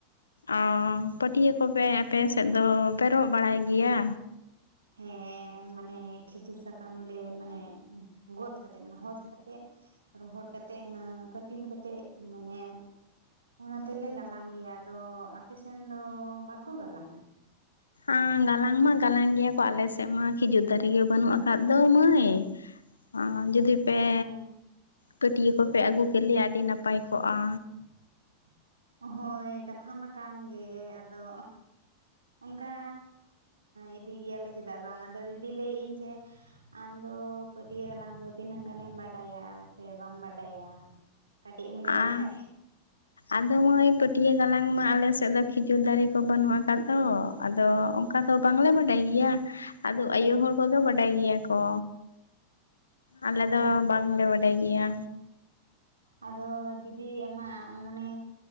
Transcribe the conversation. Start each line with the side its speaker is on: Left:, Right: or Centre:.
Left: ᱚᱻᱚ ᱯᱟᱹᱴᱭᱟᱹ ᱠᱚᱯᱮ ᱟᱯᱮ ᱥᱮᱫ ᱫᱚ ᱯᱮ ᱨᱚᱜ ᱵᱟᱲᱟᱭ ᱜᱮᱭᱟ?
Right: ᱦᱮᱸ ᱢᱟᱱᱮ ᱠᱷᱤᱡᱩᱨ ᱥᱟᱠᱟᱢ ᱞᱮ ᱢᱟᱱᱮ ᱜᱚᱫ ᱠᱟᱛᱮᱜ ᱢᱟᱱᱮ ᱦᱚᱫ ᱠᱟᱛᱮᱜ ᱨᱚᱦᱚᱲ ᱠᱟᱛᱮᱜ ᱚᱱᱟ ᱠᱟᱴᱤᱱ ᱠᱟᱛᱮᱜ ᱢᱟᱱᱮ ᱚᱱᱟ ᱛᱮᱞᱮ ᱜᱟᱞᱟᱝ ᱜᱮᱭᱟ ᱟᱫᱚ ᱟᱯᱮᱥᱱ ᱫᱚ ᱵᱟᱠᱚ ᱜᱟᱞᱟᱝᱟ?
Left: ᱟᱸ ᱜᱟᱞᱟᱝ ᱢᱟ ᱜᱟᱞᱟᱝ ᱜᱮᱭᱟ ᱠᱚ ᱟᱞᱮ ᱥᱮᱫ ᱢᱟ ᱠᱷᱤᱡᱩᱨ ᱫᱟᱨᱮ ᱜᱮ ᱵᱟᱹᱱᱩᱜ ᱟᱠᱟᱫ ᱫᱚ ᱢᱟᱹᱭ᱾ ᱚᱸ ᱡᱩᱫᱤ ᱯᱮ
Right: ᱚᱸ
Left: ᱯᱟᱹᱴᱭᱟᱹ ᱠᱚᱯᱮ ᱟᱹᱜᱩ ᱠᱮᱞᱮᱭᱟ ᱟᱹᱰᱤ ᱱᱟᱯᱟᱭ ᱠᱚᱜᱼᱟ᱾
Right: <inaudible> ᱦᱳᱭ ᱠᱟᱛᱷᱟ ᱢᱟ ᱠᱟᱱ ᱜᱮ ᱟᱫᱚ ᱚᱱᱠᱟ ᱤᱫᱤ ᱜᱮᱭᱟᱞᱮ ᱪᱮᱫᱟᱜ ᱵᱟᱝ ᱟᱫᱚ ᱤᱫᱤ ᱞᱟᱹᱭᱮᱫ ᱤᱧ ᱡᱮ ᱟᱢᱫᱚ ᱯᱟᱹᱴᱭᱟᱹ ᱜᱟᱞᱟᱝ ᱫᱚ ᱛᱤᱱᱟᱹᱜ ᱜᱟᱱᱮᱢ ᱵᱟᱰᱟᱭᱟ ᱥᱮ ᱵᱟᱢ ᱵᱟᱰᱟᱭᱟ? ᱠᱟᱹᱴᱤᱡ ᱮᱢ ᱞᱟᱹᱭ ᱞᱮᱠᱷᱟᱡ
Left: ᱟᱨ ᱟᱫᱚ ᱢᱟᱹᱭ ᱯᱟᱹᱴᱭᱟᱹ ᱜᱟᱞᱟᱝ ᱢᱟ ᱟᱞᱮ ᱥᱮᱫ ᱫᱚ ᱠᱷᱤᱡᱩᱨ ᱫᱟᱨᱮ ᱠᱚ ᱵᱟᱹᱱᱩᱜ ᱟᱠᱟᱫ ᱫᱚ ᱟᱫᱚ ᱚᱱᱠᱟ ᱫᱚ ᱵᱟᱝᱞᱮ ᱵᱟᱰᱟᱭ ᱜᱮᱭᱟ ᱟᱫᱚ ᱟᱭᱩ ᱦᱚᱲ ᱠᱚᱜᱮ ᱵᱟᱰᱟᱭ ᱜᱮᱭᱟ ᱠᱚ ᱟᱞᱮ
Right: ᱚ
Left: ᱫᱚ ᱵᱟᱝᱞᱮ ᱵᱟᱰᱟᱭ ᱜᱮᱭᱟ᱾
Right: ᱟᱫᱚ ᱫᱤᱫᱤ ᱟᱢᱟᱜᱢ ᱢᱚᱱᱮ